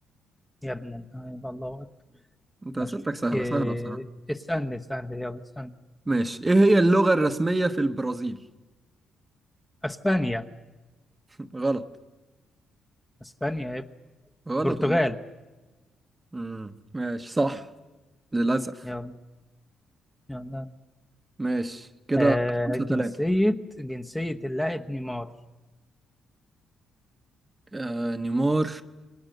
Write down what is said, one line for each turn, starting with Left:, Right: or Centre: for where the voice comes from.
Centre: يا ابن اللعيبة، الله اكبر
Right: انت اسئلتك
Centre: ماشي
Right: سهلة
Centre: إيه...
Right: سهلة بصراحة
Centre: اسألني اسألني يلا اسألني
Right: ماشي ايه هي اللغة الرسمية في البرازيل
Centre: اسبانيا
Right: <laughs> غلط
Centre: اسبانيا يا ابني.
Right: غلط
Centre: برتغال
Right: امم ماشي صح للأسف
Centre: يلا يلا
Right: ماشي كده
Centre: أه...
Right: خمسة
Centre: جنسية
Right: تلاتة
Centre: جنسية اللاعب نيمار
Right: آه نيمار